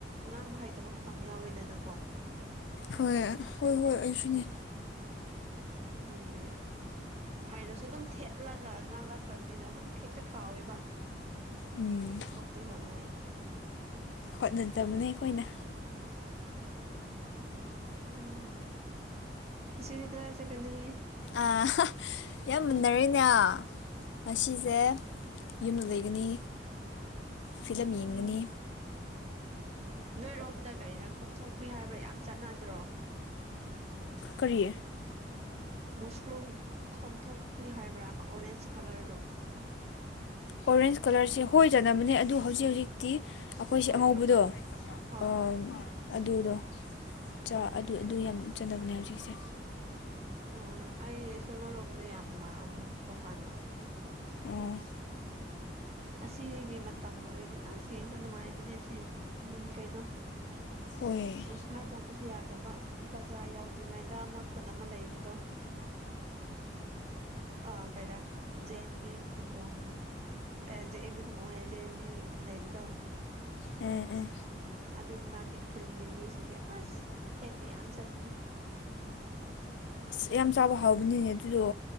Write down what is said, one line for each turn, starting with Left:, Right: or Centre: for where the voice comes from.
Right: ꯉꯥꯡꯕ ꯍꯩꯇꯕ ꯃꯇꯝ ꯌꯥꯎꯋꯦꯗꯅꯀꯣ
Left: ꯍꯣꯏ ꯍꯣꯏ ꯍꯣꯏ ꯑꯩꯁꯨꯅꯦ
Right: ꯑꯗꯨꯒꯤ ꯍꯥꯏꯔꯁꯨ ꯑꯗꯨꯝ ꯊꯦꯠꯂꯒ ꯉꯥꯡꯂꯛꯈ꯭ꯔꯕꯅꯤꯅ ꯑꯗꯨꯝ ꯍꯦꯛꯇ ꯀꯥꯎꯋꯦꯕ
Left: ꯎꯝ
Right: ꯍꯣꯠꯇꯤ ꯍꯣꯠꯅꯩ
Left: ꯍꯣꯠꯅꯗꯕꯅꯦ ꯑꯈꯣꯏꯅ
Right: ꯎꯝ ꯉꯁꯤꯗꯤ ꯀꯗꯥꯏ ꯆꯠꯀꯅꯤ
Left: ꯑ ꯌꯥꯝ ꯃꯟꯅꯔꯦꯅꯦ ꯉꯁꯤꯁꯦ ꯌꯨꯝꯗ ꯂꯩꯒꯅꯤ ꯐꯤꯂꯝ
Right: ꯎꯝ
Left: ꯌꯦꯡꯒꯅꯤ
Right: ꯅꯣꯏꯔꯣꯝꯗ ꯀꯔꯤꯔ ꯈꯣꯝꯊꯣꯛꯄꯤ ꯍꯥꯏꯕ꯭ꯔꯥ ꯌꯥꯝ ꯆꯠꯅꯗ꯭ꯔꯣ
Left: ꯀꯔꯤ
Right: ꯃꯨꯁꯔꯨꯝ ꯈꯣꯝꯊꯣꯛꯄꯤ ꯍꯥꯏꯕ꯭ꯔꯥ ꯑꯃ ꯑꯣꯔꯦꯟꯁ ꯀꯂꯔꯗꯣ
Left: ꯑꯣꯔꯦꯟꯁ ꯀꯂꯔꯁꯦ ꯍꯣꯏ ꯆꯅꯕꯅꯦ ꯑꯗꯨ ꯍꯧꯖꯤꯛ ꯍꯧꯖꯤꯛꯇꯤ ꯑꯈꯣꯏꯁꯦ
Right: ꯂꯣꯏꯈ꯭ꯔꯕ꯭ꯔꯣ
Left: ꯑꯉꯧꯕꯗꯣ
Right: ꯍꯣꯏ
Left: ꯑꯣ ꯑꯗꯨꯗꯣ ꯆꯥ ꯑꯗꯨ
Right: ꯎꯝ
Left: ꯑꯗꯨ ꯌꯥꯝ ꯆꯥꯟꯅꯕꯅꯦ ꯍꯧꯖꯤꯛꯁꯦ
Right: ꯑꯣ ꯑꯩ ꯑꯩꯁꯨ ꯅꯣꯏꯔꯣꯝꯗ ꯌꯥꯝ ꯂꯥꯛꯑꯝꯃꯦꯕꯀꯣ ꯍꯥꯟꯅ
Left: ꯑꯣ
Right: ꯑꯁꯤꯒꯤ ꯃꯇꯝ ꯑꯣꯏꯔꯗꯤ ꯑꯁ ꯌꯦꯡꯕ ꯅꯨꯡꯉꯥꯏꯕꯅꯦ ꯁꯤ ꯎ ꯀꯩꯅꯣ
Left: ꯍꯣꯏ
Right: ꯑꯁ ꯍꯥꯏꯗꯣꯛꯄꯁꯨ ꯌꯥꯗꯕ ꯕꯖꯥꯔ ꯌꯥꯎꯗ꯭ꯔꯤꯉꯩꯗ ꯑꯃ ꯈꯨꯟ ꯑꯃ ꯂꯩꯕꯗꯣ ꯑ ꯀꯩꯔꯥ ꯖꯦ ꯑꯦꯟ ꯕꯤ ꯈꯨꯝꯕꯣꯡ ꯑꯦ ꯖ ꯑꯦꯟꯕꯤ ꯈꯨꯝꯕꯣꯡ ꯍꯥꯏꯌꯦ ꯖ ꯑꯦꯟ ꯕꯤ ꯂꯩꯕꯗꯣ
Left: ꯎꯝ ꯎꯝ
Right: ꯑꯗꯨ ꯃꯅꯥꯛꯀꯤ ꯈꯨꯟꯒꯤ ꯃꯤꯁꯤꯡꯁꯦ ꯑꯁ ꯍꯦꯛꯄ ꯌꯥꯝ ꯆꯠꯄꯅꯦ
Left: ꯑꯁ ꯌꯥꯝ ꯆꯥꯕ ꯍꯥꯎꯕꯅꯤꯅꯦ ꯑꯗꯨꯗꯣ